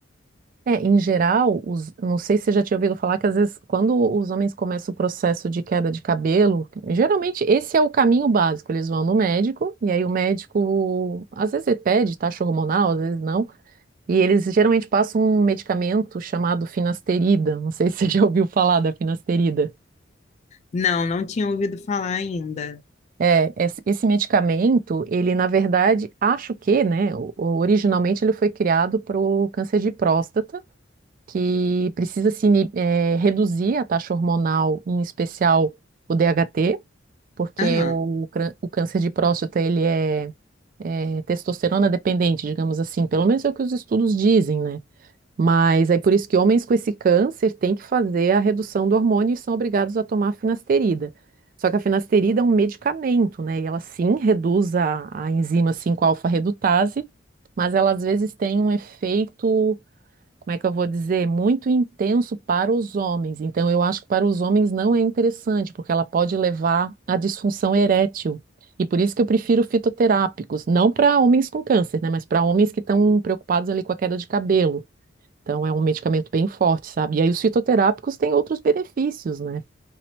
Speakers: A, on the right; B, on the left.
A: É, em geral, os, eu não sei se você já tinha ouvido falar que às vezes quando os homens começam o processo de queda de cabelo, geralmente esse é o caminho básico. Eles vão no médico e aí o médico às vezes ele pede taxa hormonal, às vezes não. E eles geralmente passam um medicamento chamado finasterida. Não sei se você <laughs> já ouviu falar da finasterida.
B: Não, não tinha ouvido falar ainda.
A: É, esse esse medicamento, ele na verdade, acho que, né, o- originalmente ele foi criado para o câncer de próstata. que precisa se ini- eh, reduzir a taxa hormonal, em especial o DHT, porque
B: Aham.
A: o, crân- o câncer de próstata ele é, é testosterona dependente, digamos assim, pelo menos é o que os estudos dizem, né? Mas é por isso que homens com esse câncer têm que fazer a redução do hormônio e são obrigados a tomar finasterida. Só que a finasterida é um medicamento, né? E ela sim reduz a, a enzima cinco alfa redutase mas ela às vezes tem um efeito como é que eu vou dizer? Muito intenso para os homens. Então, eu acho que para os homens não é interessante, porque ela pode levar à disfunção erétil. E por isso que eu prefiro fitoterápicos, não para homens com câncer, né? Mas para homens que estão preocupados ali com a queda de cabelo. Então, é um medicamento bem forte, sabe? E aí, os fitoterápicos têm outros benefícios, né?